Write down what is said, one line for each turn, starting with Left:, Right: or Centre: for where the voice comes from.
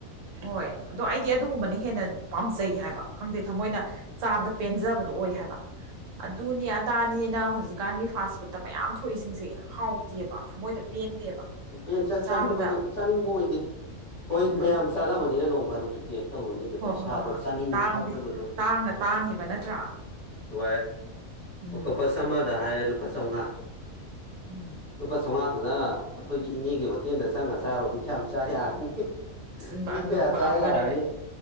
Right: ꯍꯣꯏ ꯑꯗꯣ ꯑꯩꯗꯤ ꯑꯗꯨꯒꯨꯝꯕꯅ ꯍꯦꯟꯅ ꯄꯥꯝꯖꯩ ꯍꯥꯏꯕ ꯈꯪꯗꯦ ꯊꯃꯣꯏꯅ ꯆꯥꯕꯗ ꯄꯦꯟꯖꯕꯗꯣ ꯑꯣꯏ ꯍꯥꯏꯕ ꯑꯗꯨꯅꯦ ꯑꯗꯥꯅꯦꯅ ꯍꯧꯖꯤꯛꯀꯥꯟꯒꯤ ꯐꯥꯁ ꯐꯨꯗꯠꯇ ꯃꯌꯥꯝ ꯊꯣꯛꯏꯁꯤꯡꯁꯦ ꯍꯥꯎꯇꯦꯕ ꯊꯃꯣꯏꯗ ꯄꯦꯟꯗꯦꯕ
Left: ꯄꯦꯟ ꯆꯠ
Right: ꯆꯥꯕꯗ
Left: ꯆꯥꯅꯤꯡꯕꯗꯨ ꯆꯥꯅꯤꯡꯕ ꯑꯣꯏꯗꯦ ꯍꯣꯏ
Right: ꯎꯝ
Left: ꯃꯌꯥꯝ ꯆꯥꯅꯕꯅꯤꯅ ꯅꯣꯡ ꯐꯥꯗꯣꯛꯁꯨ ꯇꯧꯔꯅꯤ ꯑꯗꯨꯗ
Right: ꯍꯣꯏ
Left: ꯏꯁꯥꯗ
Right: ꯍꯣꯏ ꯍꯣꯏ
Left: ꯆꯥꯅꯤꯡꯕ
Right: ꯇꯥꯡꯗꯤ
Left: ꯐꯥꯎꯗꯕ ꯑꯗꯨꯝ
Right: ꯇꯥꯡꯅ ꯇꯥꯡꯉꯤꯕ ꯅꯠꯇ꯭ꯔꯥ
Left: ꯂꯣꯏꯔꯦ
Right: ꯎꯝ
Left: ꯑꯣꯛꯇꯣꯄꯁꯃꯗ ꯍꯥꯏꯔꯦ ꯂꯨꯄꯥ ꯆꯥꯝꯃꯉꯥ
Right: ꯎꯝ
Left: ꯂꯨꯄꯥ ꯆꯥꯝꯃꯉꯥꯗꯨꯅ ꯑꯩꯈꯣꯏꯒꯤ ꯏꯅꯦꯒꯤ ꯍꯣꯇꯦꯜꯗ ꯆꯪꯉ ꯆꯥꯔꯨꯔꯗꯤ ꯀꯌꯥꯝ ꯆꯥ ꯌꯥꯔꯅꯤ
Right: ꯑꯁ
Left: ꯃꯤ ꯀ ꯌꯥ ꯆꯥꯏ
Right: ꯀꯩꯅꯣ
Left: ꯍꯥꯏꯔꯅꯤ